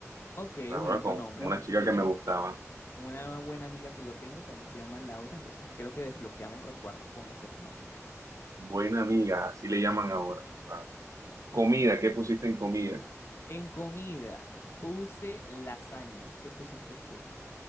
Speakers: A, on the left; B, on the right.
A: Ok,
B: Laura
A: bonito
B: con
A: nombre,
B: una
A: bonito.
B: chica
A: De
B: que
A: hecho,
B: me gustaba.
A: Una buena amiga que yo tengo también se llama Laura, entonces creo que desbloqueamos recuerdos con esos nombres.
B: Buena amiga, así le llaman ahora. Claro. Comida,
A: <laughs>
B: ¿qué pusiste en comida?
A: En comida, puse lasaña. ¿Qué pusiste tú?